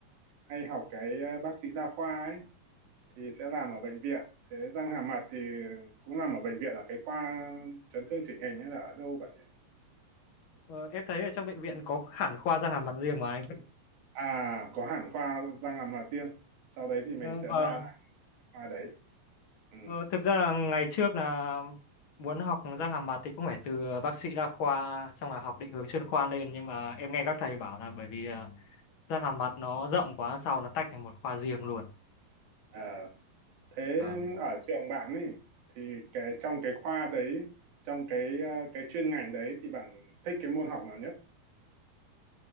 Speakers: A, on the right; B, on the left.
A: hay học cái ờ, bác sĩ đa khoa ấy thì sẽ làm ở bệnh viện thế răng hàm mặt thì cũng làm ở bệnh viện là cái khoa chấn thương chỉnh hình hay là ở đâu bạn nhỉ
B: Ờ, em thấy ở trong bệnh viện có hẳn khoa răng hàm mặt riêng mà anh.
A: à có hẳn khoa răng hàm mặt riêng sau đấy thì mình
B: Ờ,
A: sẽ
B: vâng.
A: ra làm khoa đấy ừ.
B: Ờ, thực ra là ngày trước là muốn học răng hàm mặt thì cũng phải từ bác sĩ đa khoa xong là học định hướng chuyên khoa lên nhưng mà em nghe các thầy bảo là bởi vì ờ, răng hàm mặt nó rộng quá sau nó tách thành một khoa riêng luôn.
A: Ờ, thế
B: Vâng.
A: ở trường bạn ấy thì cái trong cái khoa đấy trong cái ờ, cái chuyên ngành đấy thì bạn thích cái môn học nào nhất